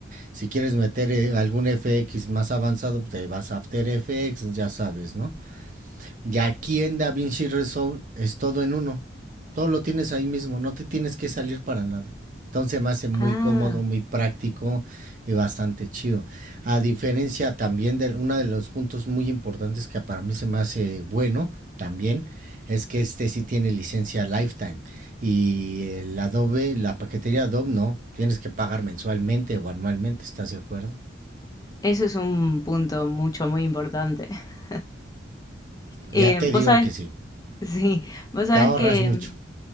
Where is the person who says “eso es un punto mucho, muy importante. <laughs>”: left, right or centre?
Left